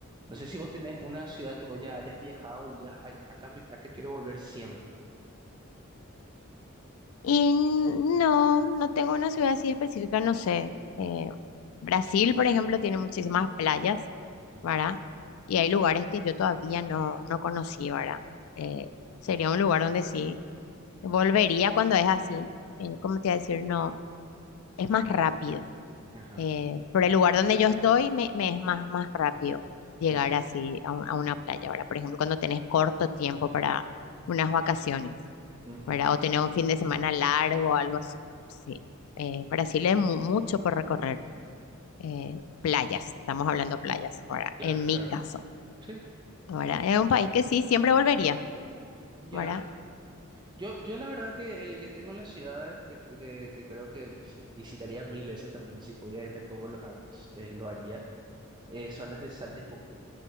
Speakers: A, on the right; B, on the left.
A: no sé si vos tenés una ciudad que vos ya hayas viajado y digas, ay, acá, me- acá quiero volver siempre.
B: Y no, no tengo una ciudad así específica, no sé. eh, Brasil, por ejemplo, tiene muchísimas playas,
A: Ujú,
B: ¿verdad? Y hay lugares que yo todavía no, no conocí, ¿verdad? Eh, sería un lugar donde sí. Volvería cuando es así. Eh, ¿cómo te iba a decir? No, es más rápido.
A: Ajá.
B: Eh, por el lugar donde yo estoy, me, me es más, más rápido llegar
A: ujú,
B: así a, un- a una playa. Ahora, por ejemplo, cuando tenés corto tiempo para unas vacaciones,
A: ujú.
B: ¿verdad? O tener un fin de semana largo o algo así. Sí. Eh, Brasil es mu- mucho por recorrer. Eh, playas, estamos hablando playas, ¿verdad?
A: Claro,
B: En
A: claro.
B: mi caso,
A: Sí,
B: ¿verdad? Es un país que sí, siempre volvería,
A: ya.
B: ¿verdad?
A: Yo, yo la verdad que el que tengo en las ciudades, que, que, que creo que pf, visitaría mil veces también, si pudiera irme todos los años, eh, lo haría, eh, son las de Salta y Jujuy.